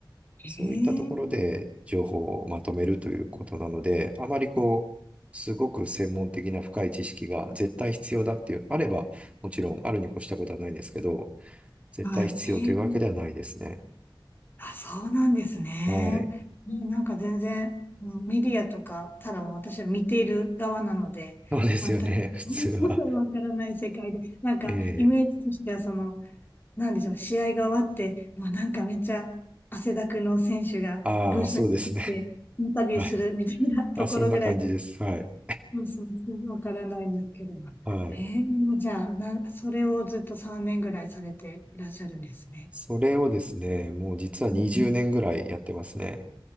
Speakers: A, on the left (about 25°); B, on the right (about 15°).
A: い。
B: そういったところで情報をまとめるということなので、
A: ええ
B: あまりこう、すごく専門的な深い知識が絶対必要だっていう、あれば、もちろんあるに越したことはないんですけど、絶対必要というわけではないですね。
A: はい。ええあ、そうなんですね。
B: はい。
A: うんなんか全然、うんメディアとか、ただもう私は見ている側なので、
B: そうですよね、
A: 全く
B: <laughs> 普通は。
A: <laughs> わからない世界で、なんかイメージとしてはその、
B: ええ
A: なんでしょうね、試合が終わって、もうなんかめっちゃ汗だくの選手がブースに入ってインタビューするみたいなところぐらい、
B: ああ、そうですね。はい。あ、そんな感じです。はい。
A: そうそうそう、わからないんですけど。
B: はい。
A: へえ、もうじゃあ、な、それをずっと3年ぐらいされていらっしゃるんですね。
B: それをですね、もう実は20年ぐらいやってますね。
A: うん。